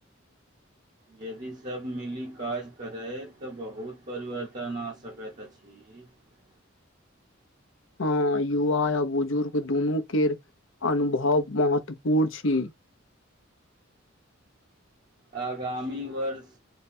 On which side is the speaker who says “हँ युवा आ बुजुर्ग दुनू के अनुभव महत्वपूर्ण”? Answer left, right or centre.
Left